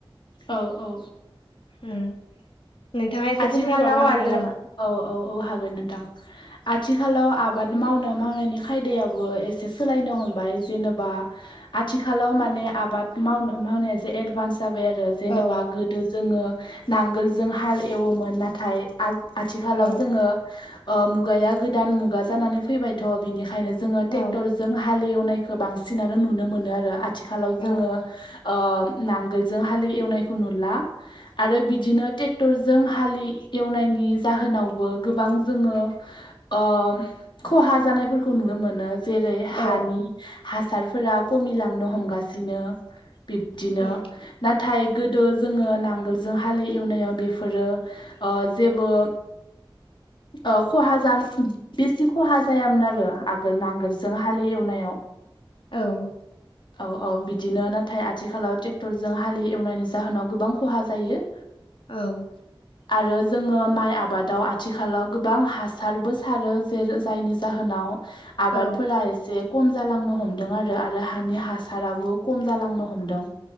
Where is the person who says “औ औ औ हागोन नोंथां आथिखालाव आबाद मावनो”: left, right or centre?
Left